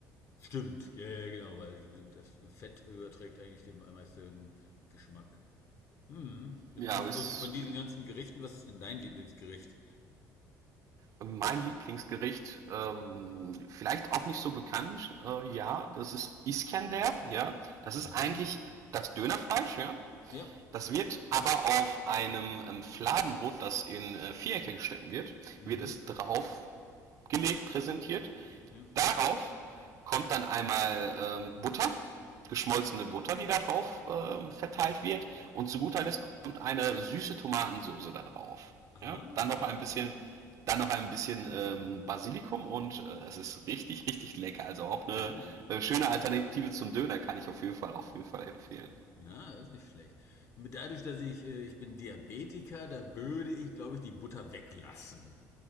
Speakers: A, on the left; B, on the right.
A: Stimmt, ja, ja, genau, weil das Fett überträgt eigentlich dem am meisten Geschmack. Mhm.
B: Ja,
A: Und,
B: ist
A: und von diesen ganzen Gerichten, was ist denn dein Lieblingsgericht?
B: mein Lieblingsgericht. Ähm, vielleicht auch nicht so bekannt. Äh, ja, das ist Iskender. Ja, das ist
A: Mhm.
B: eigentlich das Dönerfleisch. Ja,
A: Ja.
B: das wird aber auf einem ähm, Fladenbrot, das in äh, Vierecke geschnitten wird,
A: Mhm.
B: wird es drauf gelegt, präsentiert.
A: Ja.
B: Darauf kommt dann einmal ähm, Butter, geschmolzene Butter, die da drauf ähm, verteilt wird. Und zu guter Letzt kommt eine süße Tomatensoße da drauf.
A: Ah.
B: Ja? Dann noch ein bisschen, dann noch ein bisschen ähm, Basilikum und äh, es ist richtig, richtig lecker. Also auch eine,
A: Oh.
B: äh, schöne Alternative zum Döner kann ich auf jeden Fall, auf jeden Fall empfehlen.
A: Na, das ist nicht schlecht. Dadurch, dass ich, äh, ich bin Diabetiker, da würde ich, glaube ich, die Butter weglassen.